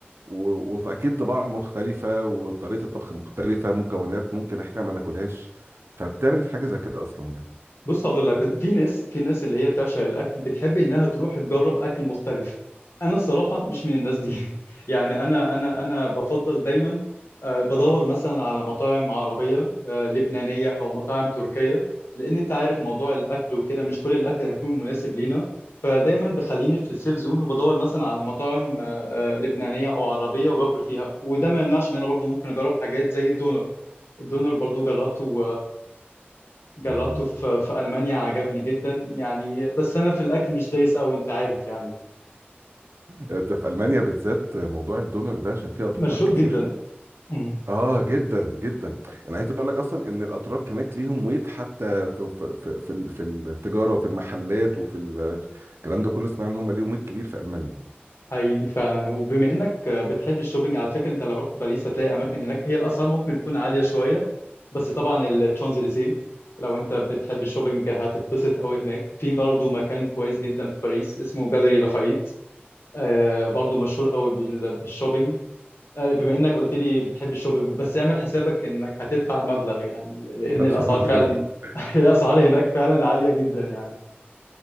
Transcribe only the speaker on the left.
بص هقول لك في ناس في ناس اللي هي بتعشق الاكل بتحب انها تروح تجرب اكل مختلف انا الصراحه مش من الناس دي <laughs> يعني انا انا انا بفضل دايما آه، بدور مثلا على مطاعم عربيه آه، لبنانيه او مطاعم تركيه لان انت عارف موضوع الاكل وكده مش كل الاكل هيكون مناسب لينا فدايما بخليني في السيف زون وبدور مثلا على مطاعم آه، آه، لبنانيه او عربيه وباكل فيها وده ما يمنعش ان انا برضو ممكن اجرب حاجات زي الدونر الدونر برضو جربته جربته
في في ألمانيا عجبني جدا يعني بس أنا في الأكل مش دايس أوي أنت عارف يعني
مشهور
جدا مم.
حقيقي فعلا وبما إنك بتحب الشوبينج على فكرة أنت لو رحت باريس هتلاقي أماكن هناك هي الأسعار ممكن تكون عالية شوية بس طبعا الشانزليزيه لو أنت بتحب الشوبينج هتتبسط أوي هناك في برضه مكان كويس جدا في باريس اسمه جاليري لافايت آه برضه مشهور أوي بال- بالشوبينج آه، بما انك قلت لي بتحب الشوبينج بس اعمل حسابك انك هتدفع مبلغ يعني لان
الاسعار
فعلا <laughs> الاسعار هناك فعلا عالية جدا يعني